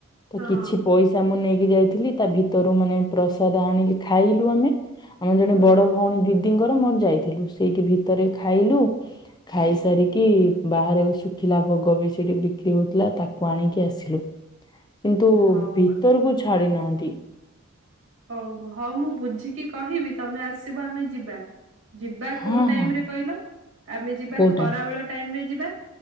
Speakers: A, on the left; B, on the right.
A: ତ
B: ହଁ
A: କିଛି ପଇସା ମୁଁ ନେଇକି ଯାଇଥିଲି ତା ଭିତରୁ ମାନେ ପ୍ରସାଦ ଆଣିଲି ଖାଇଲୁ ଆମେ। ଆମେ ଜଣେ
B: ହୁଁ
A: ବଡ ଭଉଣୀ ଦିଦିଙ୍କର ମୋର ଯାଇଥିଲୁ ସେଇଠି ଭିତରେ ଖାଇଲୁ। ଖାଇସାରିକି ବାହାରେ ଶୁଖିଲା ଭୋଗ ବି ସେଇଠି ବିକ୍ରି ହଉଥିଲା ତାକୁ ଆଣିକି ଆସିଲୁ।
B: <unintelligible>
A: କିନ୍ତୁ
B: ହଉ
A: ଭିତରକୁ ଛାଡି ନାହାଁନ୍ତି।
B: ଓହୋ ହଉ ମୁଁ ବୁଝିକି କହିବି ତମେ ଆସିବ ଆମେ ଯିବା। ଯିବା
A: ହଁ
B: କୋଉ ଟାଇମ୍
A: ହଁ
B: ରେ କହିଲ ଆମେ ଯିବା
A: କୋଉଟା
B: ଖରା ବେଳ ଟାଇମ୍ ରେ ଯିବା।